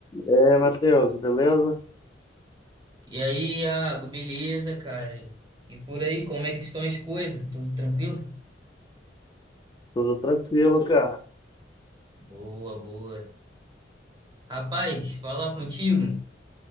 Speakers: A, on the left; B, on the right.
A: É, aí, Matheus, beleza?
B: E aí, Iago, beleza, cara? E por aí, como é que estão as coisas? Tudo tranquilo?
A: Tudo tranquilo, cara.
B: Boa, boa. Rapaz, falar contigo.